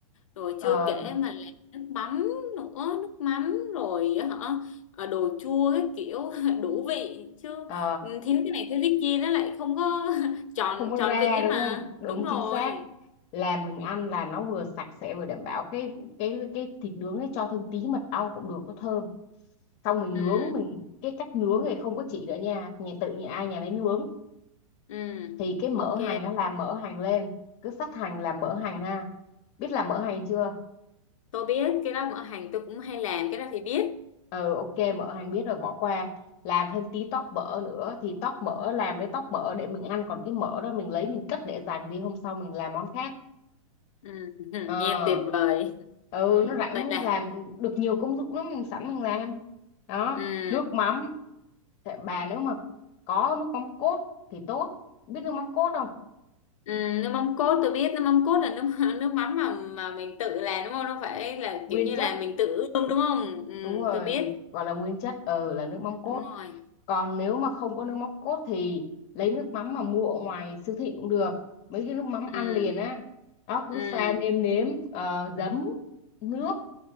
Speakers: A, on the left; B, on the left.
A: rồi
B: ờ,
A: chưa kể mà làm nước mắm nữa nước mắm rồi hả ờ, đồ chua cái kiểu <laughs> đủ vị chứ
B: ờ,
A: ừ, thiếu cái này thiếu cái kia nó lại không có <laughs> tròn
B: không có
A: tròn
B: ra
A: vị ấy
B: đúng
A: mà
B: không đúng
A: đúng rồi
B: chính xác làm mình ăn là nó vừa sạch sẽ vừa đảm bảo cái cái cái thịt nướng ấy cho thêm tí mật ong cũng được có thơm xong mình
A: ừ
B: nướng mình cái cách nướng này không có chỉ nữa nha nhà tự nhà ai nhà nấy nướng
A: Ừ,
B: thì cái mỡ
A: ok.
B: hành nó làm mỡ hành lên cứ sắc hành làm mỡ hành ha biết làm mỡ hành chưa
A: Tôi biết cái đó ở hàng tôi cũng hay làm cái đó thì biết.
B: ừ ok mỡ hàng biết rồi bỏ qua làm thêm tí tóp mỡ nữa thì tóp mỡ làm lấy tóp mỡ để mình ăn còn cái mỡ đó mình lấy mình cất để dành đi hôm sau mình làm món khác
A: Ừ, <laughs>
B: ờ
A: nghe tuyệt vời. <laughs>
B: ừ nó rảnh
A: Vậy là
B: làm được nhiều công dụng lắm mình sẵn mình làm đó
A: ừ,
B: nước mắm Tại bà nếu mà có nước mắm cốt thì tốt biết nước mắm cốt không
A: ừ, nước mắm cốt tôi biết nước mắm cốt là nước <laughs> nước mắm mà mà mình tự làm đúng không? Nó phải là
B: nguyên
A: kiểu như
B: chất
A: là mình tự ươm đúng không? Ừ,
B: đúng rồi
A: tôi biết.
B: gọi là nguyên chất ừ là nước mắm cốt
A: Đúng rồi.
B: còn nếu mà không có nước mắm cốt thì lấy nước mắm mà mua ở ngoài siêu thị cũng được mấy cái nước mắm
A: Ừ,
B: ăn liền á đó cứ
A: ừ,
B: pha nêm nếm ờ, giấm nước